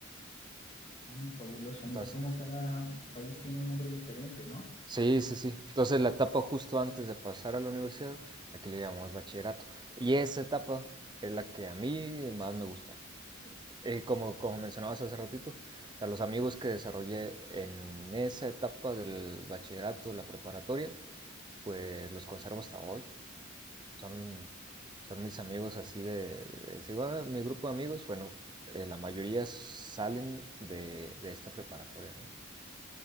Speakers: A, on the left; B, on the right.
A: Ah, fabuloso,
B: Entonces,
A: mira cómo cada país tiene un nombre diferente, ¿no?
B: sí, sí, sí. Entonces la etapa justo antes de pasar a la universidad, aquí le llamamos bachillerato. Y esa etapa es la que a mí más me gustó. Eh, como, como mencionabas hace ratito, a los amigos que desarrollé en esa etapa del bachillerato, la preparatoria, pues los conservo hasta hoy. Son, son mis amigos así de, de- si va mi grupo de amigos, bueno, eh, la mayoría salen de, de esta preparatoria, ¿no?